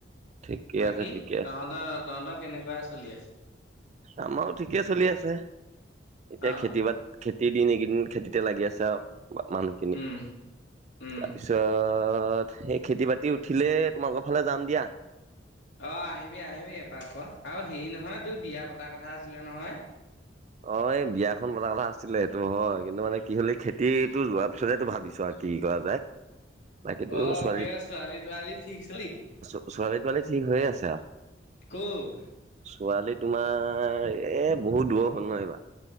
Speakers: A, on the right; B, on the left.
A: ঠিকে
B: বাকী
A: আছে ঠিকে আছে
B: তহঁতৰ-তহঁতৰ কেনেকুৱা চলি আছে?
A: আমাৰো ঠিকেই চলি আছে, এতিয়া
B: অ',
A: খেতি-বাতি খেতিৰ দিন এইকেইদিন খেতিতে লাগি আছে আও। মানুহখিনি,
B: উম, উম।
A: তাৰপিছত সেই খেতি-বাতি উঠিলে তোমালোকৰ ফালে যাম দিয়া।
B: অঁ, আহিবি, আহিবি এপাক আকৌ, আৰু হেৰি নহয় তোৰ বিয়া পতা কথা আছিলে নহয়?
A: অ' এই বিয়াখন পতা কথা আছিলে, সেইটো হয় কিন্তু মানে কি হলে খেতিটো যোৱাৰ পিছতহে ভাবিছো আও। কি কৰা যায়? বাকীতো
B: অ',
A: ছোৱালী
B: কি কয়, ছোৱালী-তোৱালী ফিক্স হ'ল নেকি?
A: ছোৱালী-তোৱালী ঠিক হৈয়ে আছে আৰু।
B: ক'ৰ?
A: ছোৱালী তোমাৰ এ বহুত দূৰৰ হ'ল নহয় এইবাৰ।